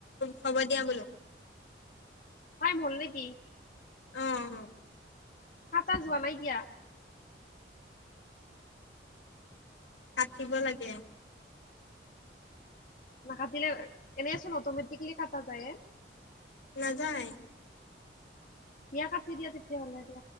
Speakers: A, on the left; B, on the left.
A: হ'ব দিয়া বোলো।
B: <unintelligible>
A: অ অ
B: কাটা যোৱা নাইকিয়া
A: কাটিব লাগে।
B: নাকাটিলে এনেইচোন অটমেটিকেলি কাটা যায় এ।
A: নাযায়।
B: দিয়া কাটি দিয়া তেতিয়া হ'লে